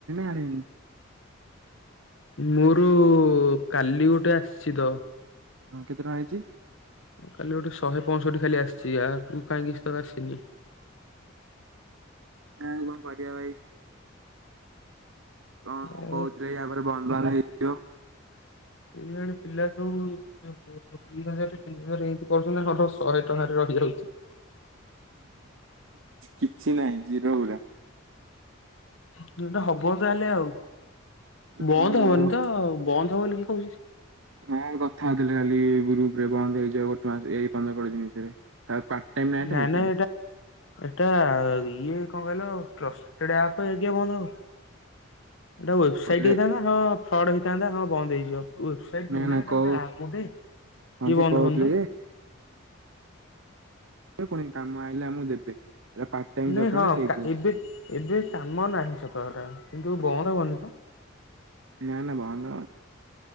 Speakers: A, on the right; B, on the left.
A: ଆଡ୍ ହେଇନି?
B: ମୋର କାଲି ଗୋଟେ ଆସିଛି ତ
A: ହଁ କେତେ ଟଙ୍କା ହେଇଛି?
B: କାଲି ଗୋଟେ ଶହେ ପଁଅଷଠି ଖାଲି ଆସିଚି ୟାର୍ ମୁ କାହିଁକି ତ ଆସିନି।
A: ଆଁ କଣ କରିଆ ଭାଇ? କଣ
B: ଏ
A: କହୁଥିଲି ୟାପରେ ବନ୍ଦବାନ୍ଦ୍ ହେଇଥିବ?
B: ଏଇ ଜଣେ ପିଲା ଯୋଉ ଦି ହଜାର ତିନି ହଜାର ଏମତି କରୁଛନ୍ତିର ଶହେ ଟଙ୍କାରେ ର ରହୁଛୁ।
A: କିଛି ନାହିଁ ଜିରୋ ପୁରା।
B: ସେଟା ହବ ତାହେଲେ ଆଉ।
A: ଦେଖିବା
B: ବନ୍ଦ ହବନି ତ ବନ୍ଦ ହବ ବୋଲି କିଏ କହୁଛି?
A: ହଁ କଥା ହଉଥିଲେ କାଲି ଗ୍ରୁପ ରେ ବନ୍ଦ ହେଇଯିବ ଗୋଟେ ମାସ ଏଇ ପନ୍ଦର କୋଡିଏ ଦିନ ଭିତରେ ପାର୍ଟ ଟାଇମ୍ ନା ଏଇଟା
B: ନାଇଁ
A: ହେଇତି
B: ନାଇଁ
A: ପାଇଁ।
B: ଏଟା ଇଏ କଣ କହିଲ ଟ୍ରଷ୍ଟେଡ ଆପ୍ କିଆଁ ବନ୍ଦ ହବ। ଏଇଟା ୱେବସାଇଟ
A: କହୁଥିଲେ
B: ହେଇଥାନ୍ତା ହଁ ଫ୍ରଡ ହେଇଥାନ୍ତା ହଁ ବନ୍ଦ ହେଇଯିବ ୱେବସାଇଟ
A: ନା
B: ନୁହେଁ
A: ନା
B: ଏଟା
A: କହୁ
B: ଗୋଟେ ଆପ ଗୋଟେ
A: ହଁ
B: ଇଏ
A: ଯେ
B: ବନ୍ଦ
A: କହୁଥିଲେ
B: ହବନି ତ।
A: ଯେ କ କାମ ଆଇଲେ ଆମକୁ ଦେବେ। ଏଇଟା ପାର୍ଟ ଟାଇମ ଜବ
B: ନାଇଁ
A: ଟା
B: ହଁ
A: ନା ସେଇଥିପାଇଁ
B: ଏବେ ଏବେ କାମ ନାହିଁ ସତ ହେଟା କିନ୍ତୁ ବନ୍ଦ ହବନି ତ।
A: <unintelligible> ସେଇ ଭଳିଆ